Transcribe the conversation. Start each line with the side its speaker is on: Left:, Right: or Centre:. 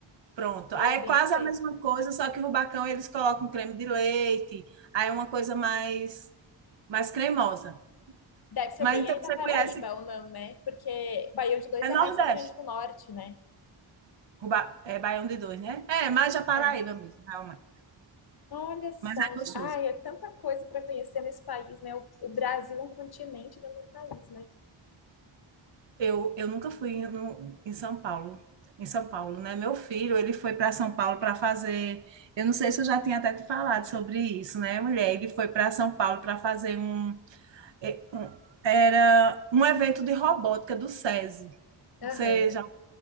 Right: Pronto.
Left: ele
Right: Aí
Left: é
Right: é
Left: bem
Right: quase
Left: seco.
Right: a mesma coisa, só que o rubacão eles colocam creme de leite, aí é uma coisa mais mais cremosa.
Left: Deve ser
Right: Mas
Left: bem
Right: então
Left: aí
Right: você
Left: da Paraíba
Right: conhece,
Left: ou não, né? Porque baião de dois
Right: é
Left: é
Right: Nordeste.
Left: mais Rio Grande do Norte, né?
Right: Ruba, é baião de dois, né? É, mais a Paraíba
Left: É.
Right: mesmo, realmente.
Left: Olha só,
Right: Mas é
Left: gente.
Right: gostoso.
Left: ai, é tanta coisa para conhecer nesse país, né? O, o Brasil é um continente dentro do país, né?
Right: Eu, eu nunca fui no, em São Paulo, em São Paulo, né? Meu filho, ele foi para São Paulo para fazer, eu não sei se eu já tinha até te falado sobre isso, né, mulher? Ele foi para São Paulo para fazer um, é, um- era um evento de robótica do SESI. Ou
Left: Aham.
Right: já.